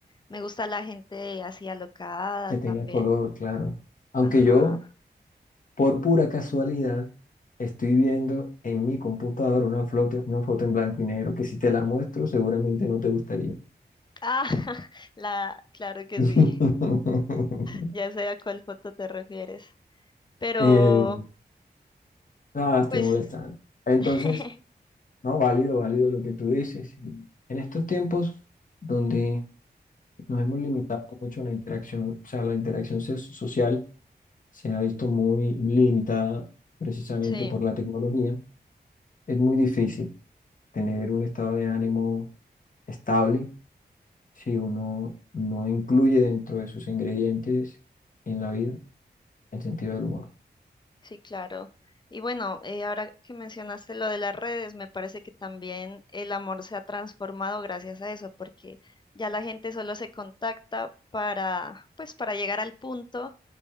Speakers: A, on the left (about 25°); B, on the left (about 50°).
A: Me gusta la gente así alocada
B: Que
A: también.
B: tenga color, claro. Aunque
A: Ajá.
B: yo, por pura casualidad, estoy viendo en mi computadora una foto, una foto en blanco y negro que si te la muestro seguramente no te gustaría.
A: Ah, <laughs> la, claro que
B: <laughs>
A: sí. Ya sé a cuál foto te refieres. Pero,
B: Eh, nada, estoy
A: pues,
B: molestando. Entonces,
A: <laughs>
B: no, válido, válido lo que tú dices. En estos tiempos donde nos hemos limitado mucho a la interacción, o sea, la interacción so- social se ha visto muy limitada precisamente
A: sí,
B: por la tecnología, es muy difícil tener un estado de ánimo estable si uno no incluye dentro de sus ingredientes en la vida el sentido del humor.
A: sí, claro. Y bueno, eh, ahora que mencionaste lo de las redes, me parece que también el amor se ha transformado gracias a eso, porque ya la gente solo se contacta para, pues, para llegar al punto